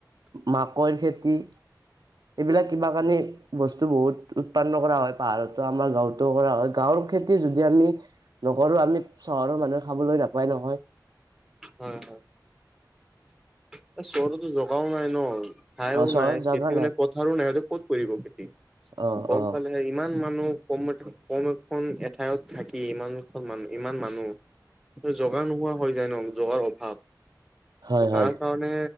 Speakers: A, on the right (about 70°); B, in the centre.
A: মাকৈৰ খেতি। এইবিলাক কিবা কানি বস্তু বহুত উৎপন্ন কৰা হয় পাহাৰতো আমাৰ গাঁৱতো কৰা হয়। গাঁৱত খেতি যদি আমি নকৰো আমি চহৰৰ মানুহে খাবলে নাপায় নহয়।
B: হয়-হয়। এ চহৰতটো জগাও নাই ন। খাইও
A: অ চহৰত
B: নাই খেতিও
A: জাগা
B: নাই কথাৰো নাই ক'ত কৰিব খেতি
A: অ
B: গম
A: অ
B: পালে। ইমান মানুহ কম-কম এখন এঠাইত থাকি ইমান এখন মানুহ ইমান মানুহ।
A: <inaudible>
B: জগা নোহোৱা হৈ যায় ন জগাৰ অভাৱ,
A: হয় হয়
B: তাত
A: হয়
B: কাৰণে